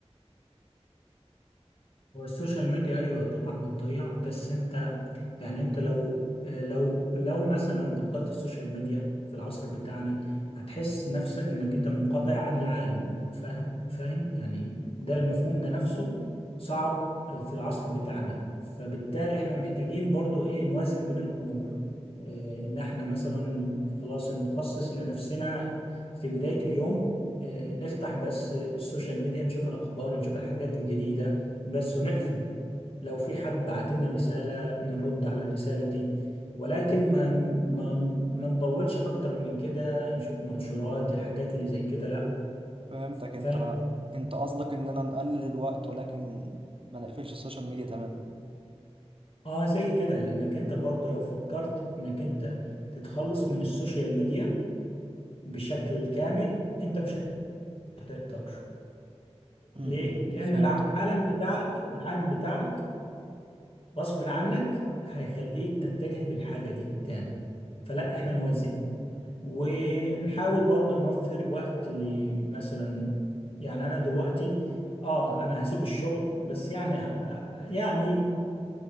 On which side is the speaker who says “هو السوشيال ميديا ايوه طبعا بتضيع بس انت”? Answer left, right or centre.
Left